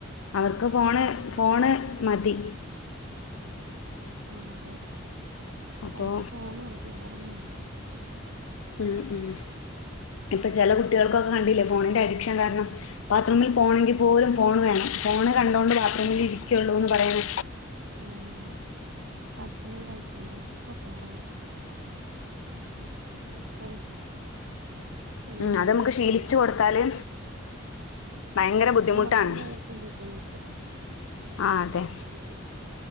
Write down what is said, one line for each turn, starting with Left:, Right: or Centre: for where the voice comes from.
Left: അവർക്ക് ഫോണ് ഫോണ് മതി
Right: ആഹ് അതെ
Left: അപ്പോ
Right: അവർക്ക് ഫോണ് മതി വെറോന്നും വാണ്ട
Left: ഉം ഉം ഇപ്പ ചെല കുട്ടികൾക്കൊക്കെ കണ്ടില്ലെ ഫോണിന്റെ അഡിക്ഷൻ കാരണം ബാത്റൂമിൽ പോണെങ്കിൽ പോലും ഫോണ് വേണം ഫോണ് കണ്ടോണ്ട് ബാത്റൂമിൽ ഇരിക്കൊള്ളൂന്ന് പറയ്ണെ
Right: ആഹ് ഭക്ഷണം കഴിക്കുമ്പോക്കെ ഫോണ്. എപ്പഴും. പിന്നെ
Left: ഉം
Right: ഞാന്
Left: അത് മ്മക്ക്
Right: സ്കൂൾ
Left: ശീലിച്ച് കൊടുത്താല്. ഭയങ്കര ബുദ്ധിമുട്ടാണ്
Right: നമ്മക്കന്നെ ആയിരിക്കും ബുദ്ധിമുട്ട്
Left: ആഹ് അതെ.
Right: ഉം